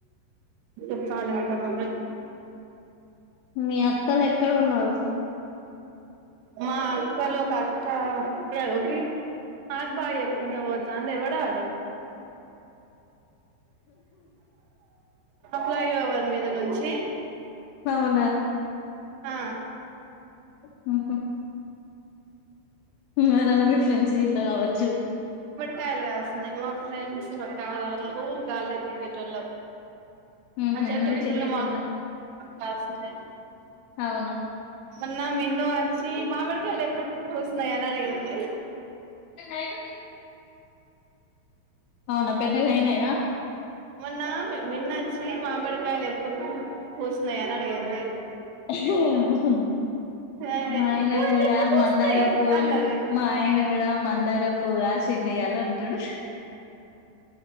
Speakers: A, on the right; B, on the left.
A: చెప్పాలి ఇంకా నువ్వే
B: మీ అక్కలు ఎక్కడ ఉన్నారు
A: మా అక్కలు ఒక్క అక్క ఎలోకి నాకు బాయ్ చెప్పుకుంటా పోతా అంది ఎవడాడు ఫ్లై ఓవర్ మీద నుంచి
B: అవున
A: ఆ
B: ఉహు ఎవరన్న మీ ఫ్రెండ్స్ ఇట్లా కావచ్చు
A: కాయలు రాస్తున్నాయి మా ఫ్రెండ్స్ మా కా వాళ్ళు కాలజకేట వాళ్ళు
B: ఉహు
A: మ చెటుకి
B: మీ చెట్టుకు
A: ఫుల్ కాసినయ్
B: అవున
A: మోన్న మిన్ను వచ్చి మామిడికాయలు ఎప్పుడు పూసినయ్ అని అడిగింది
B: అయకు <inaudible> అవునా పెద్దగైనయా
A: మొన్న మిన్నచ్చి మామిడికాయలు ఎప్పుడు పూసినయ అని అడిగింది
B: <unintelligible>
A: ఆ
B: మా ఆయన
A: ఇవన్నీ
B: కూడా
A: ఎప్పుడు పూస్తున్నాయి
B: మందార పూలు
A: అన్నది
B: మా ఆయన కూడా మందార పూ కాస్ తిన్నాయాలి అంటాడు